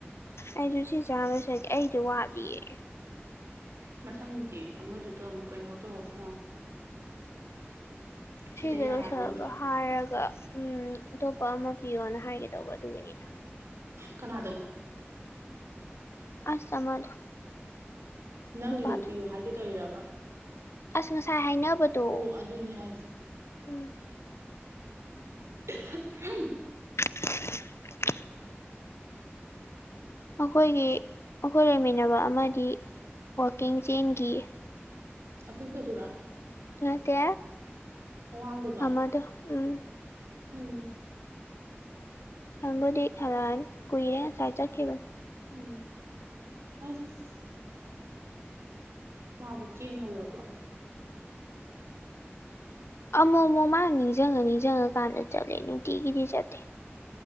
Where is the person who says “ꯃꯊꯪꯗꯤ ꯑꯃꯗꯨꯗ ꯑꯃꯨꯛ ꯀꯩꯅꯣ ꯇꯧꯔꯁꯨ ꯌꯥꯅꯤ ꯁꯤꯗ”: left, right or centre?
Right